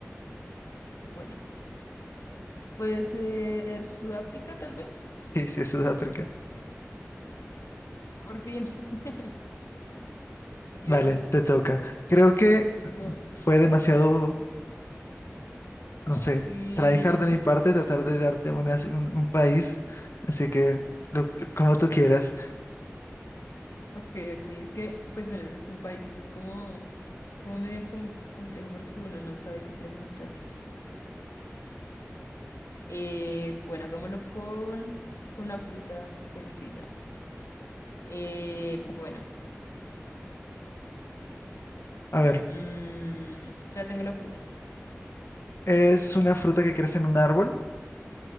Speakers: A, on the left; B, on the left.
A: bueno, puede ser Sudáfrica, tal vez.
B: Sí, sí, es Sudáfrica.
A: Por fin, <laughs> Dios,
B: Vale, te toca. Creo que
A: estuvo.
B: fue demasiado, no sé,
A: Sí,
B: tryhard de mi
A: <laughs>
B: parte tratar de darte una- un, un país, así que lo- lo- como tú quieras.
A: ok, ok. Es que, pues bueno, con países es como, es como medio conf- complejo porque uno no sabe qué preguntar. Eh, bueno, hagámoslo con, con una fruta sencilla. Eh, bueno,
B: A ver,
A: mm, ya tengo la fruta.
B: es una fruta que crece en un árbol,